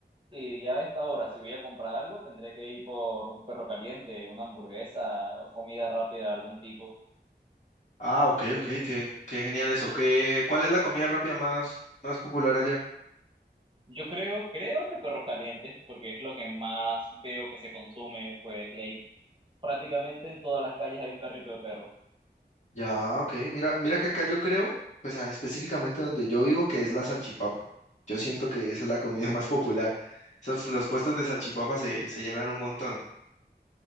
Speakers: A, on the right; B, on the left.
A: y ya a esta hora, si voy a comprar algo, tendré que ir por un perro caliente, una hamburguesa, o comida rápida de algún tipo.
B: Ah, ok, ok, qué, qué genial eso. ¿Qué, cuál es la comida rápida más, más popular allá?
A: Yo creo, creo que perro caliente, porque es lo que más veo que se consume, pues, y ahí prácticamente en todas las calles hay un carrito de perro.
B: Ya, ok. Mira, mira que acá yo creo, pues ah, específicamente donde yo vivo, que es la salchipapa. Yo siento que esa es la comida <laughs> más popular. Esas, los puestos de salchipapa se, se llenan un montón.